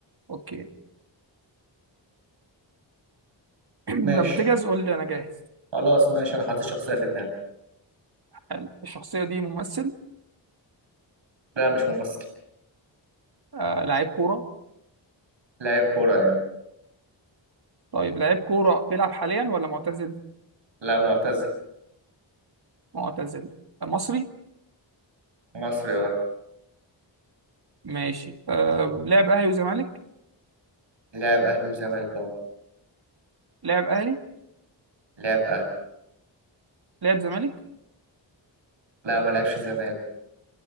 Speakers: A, on the right (about 55°); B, on the right (about 75°).
A: اوكي <clears throat>
B: ماشي
A: لما تجهز قول لي انا جاهز
B: خلاص ماشي انا حاطط شخصيه في دماغي
A: حلو الشخصيه دي ممثل
B: لا مش ممثل
A: آه لعيب كوره
B: لاعب كوره يعني
A: طيب لعيب كوره بيلعب حاليا ولا معتزل
B: لا معتزل
A: معتزل مصري
B: مصري اه
A: ماشي آه لعب اهلي وزمالك
B: لاعب اهلي وزمالك اه
A: لعب اهلي
B: لاعب اهلي
A: لعب زمالك
B: لا ما لعبش زمالك